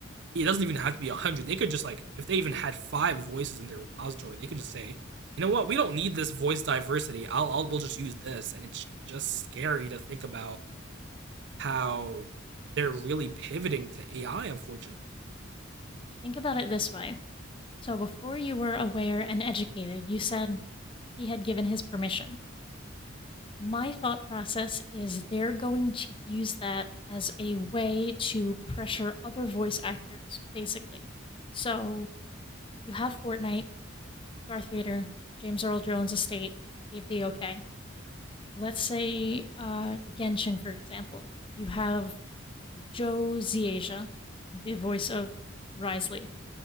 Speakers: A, on the right; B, on the left.
A: it doesn't even have to be a hundred. They could just like if they even had five voices in their repository, they could just say, you know what, we don't need this voice diversity. I'll, I'll we'll just use this. And it's just scary to think about how they're really pivoting to AI, unfortunately.
B: Think about it this way. So before you were aware and educated, you said he had given his permission. My thought process is they're going to use that as a way to pressure other voice actors, basically. So you have Fortnite, Darth Vader, James Earl Jones' estate gave the okay. Let's say uh, Genshin, for example. You have Joe Ziaja, the voice of Risley,